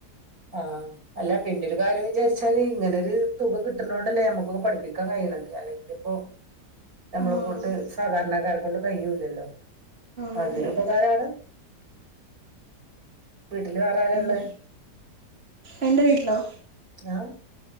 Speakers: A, on the right; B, on the right.
A: ആ അല്ല പിന്നെ ഒരു കാര്യം വിചാരിച്ചാല് ഇങ്ങനെരു തുക കിട്ടുന്ന ണ്ടല്ലേ നമ്മുക്കൊ ക്കെ പഠിപ്പിക്കാൻ കഴിയണത് അല്ലെങ്കില് ഇപ്പോ നമ്മള
B: ആഹ്
A: കൊണ്ട് സാധാരണക്കാരെ കൊണ്ട് കഴിയൂല്ലല്ലോ
B: ആഹ്
A: അതൊരു
B: അതെ അതെ
A: ഉപകാരാ ണ് വീട്ടില് വേറെ ആരാ
B: ഉം
A: ഉള്ളത്
B: എന്റെ വീട്ടിലോ
A: ആഹ്